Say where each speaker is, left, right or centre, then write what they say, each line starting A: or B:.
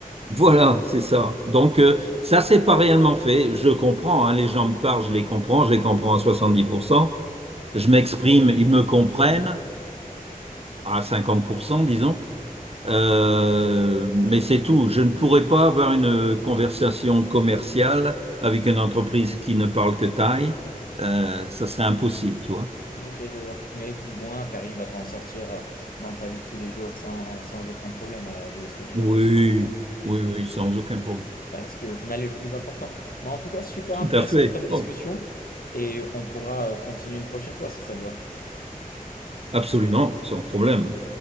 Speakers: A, on the right; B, on the left.
A: Voilà, c'est ça. Donc euh, ça, c'est pas réellement fait. Je comprends, hein, les gens me parlent, je les comprends, je les comprends à 70%. Je m'exprime, ils me comprennent à 50%, disons. Euh, mais c'est tout. Je ne pourrais pas avoir une conversation commerciale avec une entreprise qui ne parle que taille. Euh, ça serait impossible, tu vois.
B: Ok, je vois. Mais du moins, tu arrives à t'en sortir euh, dans ta vie de tous les jours sans, sans aucun problème, euh, de ce que j'ai
A: Oui,
B: l'impression de comprendre.
A: oui, oui, sans
B: Ouais.
A: aucun problème.
B: Ouais, ce qui au final est le plus important. Mais en tout cas, super
A: Tout
B: intéressant
A: à fait.
B: comme discussion
A: Bon,
B: et on pourra euh, continuer une prochaine fois si ça te va.
A: absolument, sans problème.